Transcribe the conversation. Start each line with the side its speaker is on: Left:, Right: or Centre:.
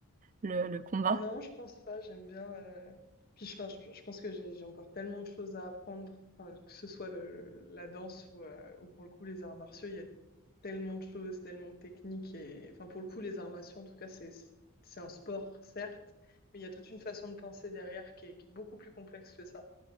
Right: le, le combat.
Left: Non, je pense pas. J'aime bien. euh, Puis je, enfin, je, je pense que j'ai j'ai encore tellement de choses à apprendre, enfin, que ce soit le, la danse ou, euh, ou pour le coup les arts martiaux. Il y a tellement de choses, tellement de techniques. Et... Enfin, pour le coup, les armations, en tout cas, c'est, c'est un sport, certes, mais il y a toute une façon de penser derrière qui est, qui est beaucoup plus complexe que ça